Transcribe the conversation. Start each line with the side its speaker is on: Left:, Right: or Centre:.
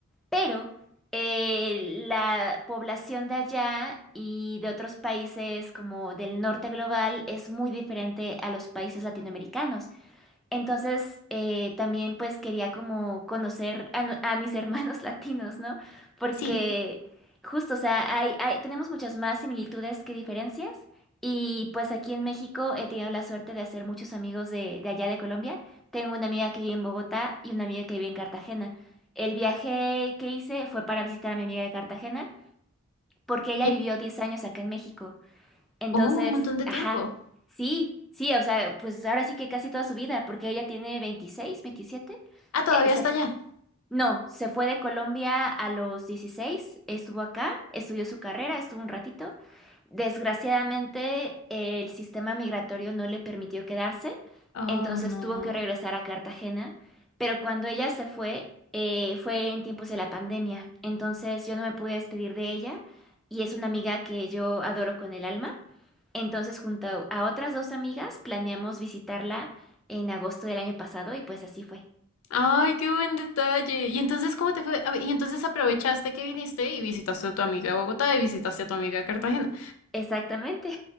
Centre: Pero eh, la población de allá y de otros países como del norte global es muy diferente a los países latinoamericanos. Entonces, eh, también pues quería como conocer a, no- a mis hermanos <laughs> latinos, ¿no? Porque
Left: Sí.
Centre: justo, o sea, hay, hay, tenemos muchas más similitudes que diferencias. Y pues aquí en México he tenido la suerte de hacer muchos amigos de, de allá de Colombia. Tengo una amiga que vive en Bogotá y una amiga que vive en Cartagena. El viaje que hice fue para visitar a mi amiga de Cartagena porque ella
Left: ye-
Centre: vivió 10 años acá en México. Entonces,
Left: Oh, un montón de
Centre: ajá,
Left: tiempo.
Centre: sí, sí, o sea, pues ahora sí que casi toda su vida, porque ella tiene 26, 27,
Left: Ah, todavía
Centre: eh, se,
Left: está
Centre: f-
Left: allá.
Centre: no, se fue de Colombia a los 16, estuvo acá, estudió su carrera, estuvo un ratito. Desgraciadamente, el sistema migratorio no le permitió quedarse,
Left: Oh,
Centre: entonces
Left: no.
Centre: tuvo que regresar a Cartagena, pero cuando ella se fue, eh, fue en tiempos de la pandemia, entonces yo no me pude despedir de ella y es una amiga que yo adoro con el alma. Entonces, junto a otras dos amigas, planeamos visitarla en agosto del año pasado y pues así fue.
Left: Ay, qué buen detalle. ¿Y entonces cómo te fue? A ver, Y entonces aprovechaste que viniste y visitaste a tu amiga de Bogotá y visitaste a tu amiga de Cartagena.
Centre: Exactamente.